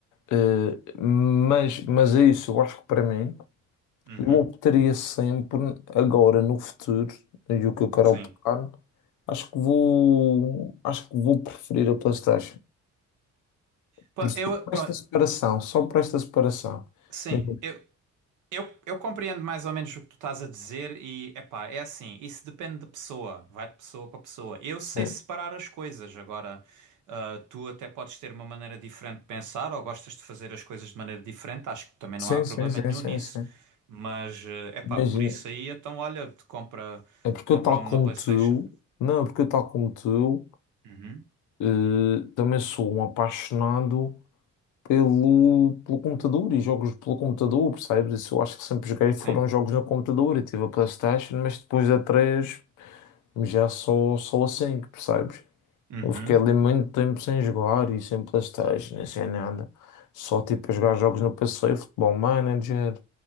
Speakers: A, on the left; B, on the right.
A: Eh, mas, mas é isso, eu acho que para mim,
B: Uhum.
A: eu optaria sempre agora no futuro, e o que eu quero
B: Sim.
A: optar, acho que vou, acho que vou preferir a PlayStation.
B: Pa-
A: Por só
B: Eu,
A: por
B: pro-
A: esta separação, só por esta separação.
B: sim,
A: Imagina,
B: eu, Eu, eu compreendo mais ou menos o que tu estás a dizer e, epá, é assim, isso depende de pessoa, vai de pessoa para pessoa. Eu
A: Sim,
B: sei separar as coisas, agora, ah, tu até podes ter uma maneira diferente de pensar ou gostas de fazer as coisas de maneira diferente, acho que também
A: sim,
B: não há problema
A: sim, sim,
B: nenhum
A: sim.
B: nisso,
A: sim.
B: mas, é epá,
A: Imagina,
B: por isso aí, então olha, te compra,
A: é porque
B: compra
A: eu tal
B: uma
A: como
B: PlayStation.
A: tu, não, é porque eu tal como tu,
B: Uhum.
A: eh, também sou um apaixonado pelo, pelo computador e jogos pelo computador, percebes? Isso eu acho que sempre joguei foram
B: Sim.
A: jogos no computador. Eu tive a PlayStation, mas depois da 3 já só, só a 5, percebes?
B: Uhum.
A: Eu fiquei ali muito tempo sem jogar e sem PlayStation, e sem nada. Só tipo a jogar jogos no PC, Futebol Manager,